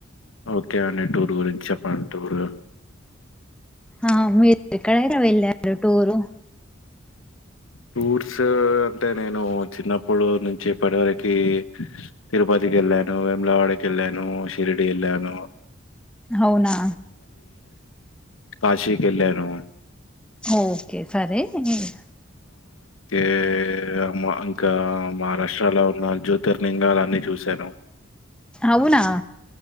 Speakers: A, on the left; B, in the centre.
A: ఓకే అండి టూర్ గురించి చెప్పండి టూర్
B: ఆ మీరు ఎక్కడైనా వెళ్ళార టూరు
A: టూర్స్ అంటే నేను చిన్నప్పుడు నుంచి ఇప్పటివరకి తిరుపతికి వెళ్ళాను వెేములావాడకి వెళ్ళాను షిరిడి వెళ్ళాను
B: అవునా
A: కాశీకి వెళ్ళాను
B: హు ఒకే సరే నేను
A: తే అప్ ఇంకా మహారాష్ట్రలో నా జ్యోతిర్లింగాలు అన్నీ చూశాను
B: అవునా